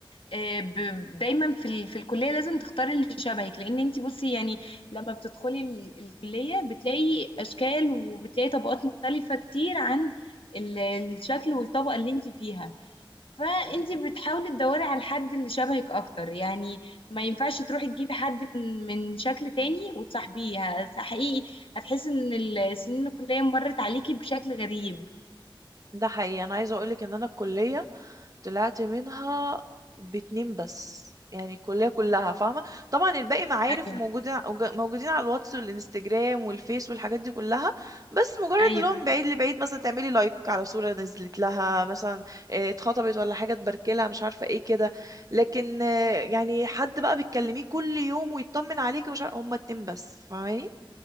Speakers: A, on the left; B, on the right.
A: آه، ب- دايما في ال- في الكليه لازم تختاري اللي شبهك لان انت بصي يعني لما بتدخلي ال- الكليه بتلاقي اشكال وبتلاقي طبقات مختلفه كتير عن ال- الشكل والطبقه اللي انت فيها فانت بتحاولي تدوري على الحد اللي شبهك اكتر يعني ما ينفعش تروحي تجيبي حد من من شكل تاني وتصاحبيه ه- حقيقي هتحسي ان السنين الكليه مرت عليكي بشكل غريب
B: ده حقيقي انا عايزه اقولك ان انا الكليه طلعت منها باتنين بس يعني الكلية كلها فاهمة طبعا الباقي معارف
A: ايوه
B: وموجودين موجودين على الواتس والانستجرام والفيس والحاجات دي كلها بس مجرد
A: ايوه
B: اللي هو من بعيد لبعيد مثلا تعملي لايك على صورة نزلت لها مثلا آه، اتخطبت ولا حاجة تباركلها مش عارفة ايه كده لكن آه، يعني حد بقى بتكلميه كل يوم ويطمن عليكي ومش عارفة هما اتنين بس فاهماني